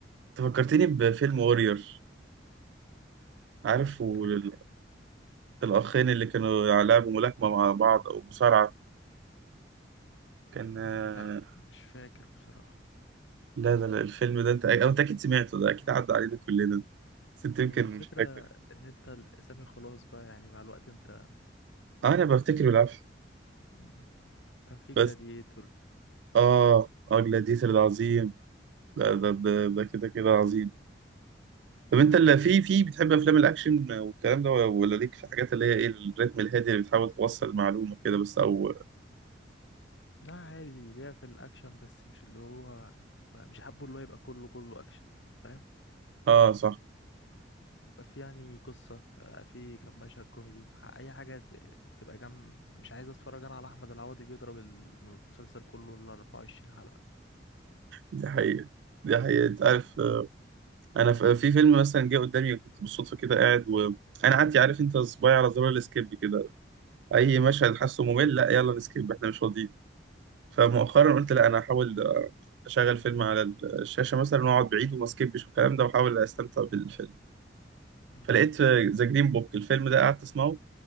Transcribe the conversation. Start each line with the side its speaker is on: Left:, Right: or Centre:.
Right: فكرتني بفيلم
Left: ده
Right: وورير عارف وال-
Left: ده
Right: الاخين اللي كانوا لعبوا ملاكمة مع بعض او مصارعة كان
Left: <laughs>
Right: آه،
Left: لا مش فاكر بصراحة
Right: لا لا لا الفيلم ده انت أو انت اكيد سمعته ده اكيد عدى علينا كلنا بس انت
Left: هو
Right: يمكن
Left: الفكرة
Right: مش فاكر
Left: ان انت الاسامي خلاص بقى يعني مع الوقت انت
Right: آه، انا بفتكر بالعافيه
Left: مم. كان في
Right: بس
Left: جلاديتور
Right: اه اه جلاديتر ده عظيم لا، ده ده ده كده كده عظيم طب انت اللي في في بتحب افلام الاكشن والكلام ده ولا ليك في حاجات اللي هي ايه الريتم الهادي اللي بتحاول توصل معلومه كده بس او
Left: لا عادي ليها في الاكشن بس مش اللي هو ما- مش حابه اللي هو يبقى كله كله اكشن فاهم
Right: اه صح
Left: يبقى في يعني قصة آه، في كام مشهد كوميدي ح- اي حاجة ت- تبقى جنب مش عايز اتفرج انا على احمد العوضي بيضرب المسلسل كله ال 24 حلقة
Right: دي حقيقه دي حقيقه انت عارف آه، انا ف- في فيلم مثلا جه قدامي كنت بالصدفه كده قاعد وانا قعدت عارف انت صباعي على زرار السكيب كده اي مشهد حاسه ممل لا يلا نسكيب احنا مش فاضيين فمؤخرا قلت لا انا هحاول آه، اشغل فيلم على الشاشه مثلا واقعد بعيد وما سكيبش والكلام ده واحاول استمتع بالفيلم
Left: مم.
Right: فلقيت ذا جرين بوك الفيلم ده قعدت اسمعه